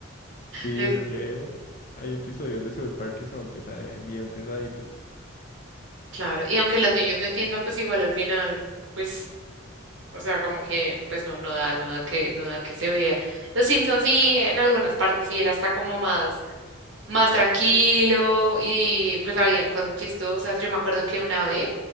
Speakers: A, on the left; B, on the right.
A: Sí,
B: eso
A: es que
B: sí,
A: hay episodios de South Park que son pesa- bien pesaditos.
B: claro, y aunque los niños no entiendan, pues igual al final, pues, o sea, como que, pues no, no da, no da que, no da que se vea. Los Simpsons sí, en algunas partes sí era hasta como más más tranquilo y pues habían cosas chistosas. Yo me acuerdo que una vez